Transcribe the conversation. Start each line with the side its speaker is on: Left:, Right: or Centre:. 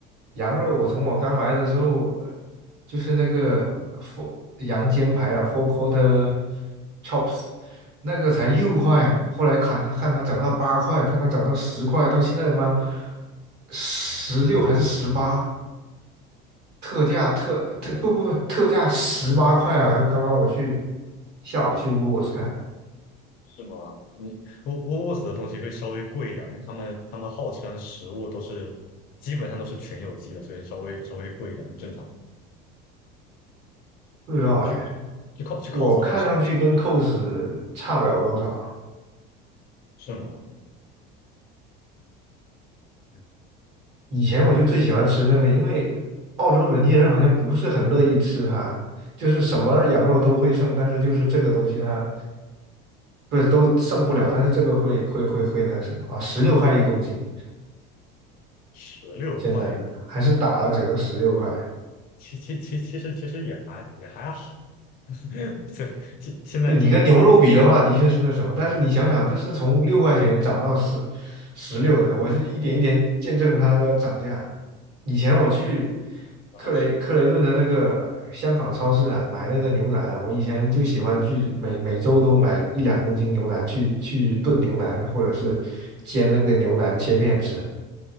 Right: 羊肉我从我刚来的时候，呃就是那个 four 羊肩排啊，four quarter chops，那个才六块，后来看它看它涨到八块，看它涨到十块，到现在他妈十六还是十八，特价特特不不特价十八块啊！好像刚刚我去下午去 w o o w o r s 看，
Left: 是吗？你沃沃沃斯的东西会稍微贵一点，因为他们他们号称食物都是基本上都是全有机的，所以稍微稍微贵一点很正常。
Right: 不知道哎，
Left: 去去 cos 去
Right: 我看上去跟
Left: cos 的话，稍稍微便宜
Right: c o s 差不了多少。
Left: 是吗？嗯
Right: 以前我就最喜欢吃那个，因为澳洲本地人好像不是很乐意吃它，就是什么羊肉都会剩，但是就是这个东西它不是都剩不了，但是这个会会会会那个什么啊，十六块一公斤，
Left: 十六块一个，
Right: 现在还是打了折十六块。
Left: 其实其其其其实其实也还也还好，<laughs> 对，现现在现在
Right: 对你跟牛肉比的话，的确是那什么，但是你想想，这是从六块钱涨到十十六的，我是一点一点见证它的涨价。以前我去
Left: 不好吃
Right: 克雷克雷顿的那个香港超市啊，买那个牛腩啊，我以前就喜欢去每每周都买一两公斤牛腩去去炖牛腩，或者是煎那个牛腩切片吃。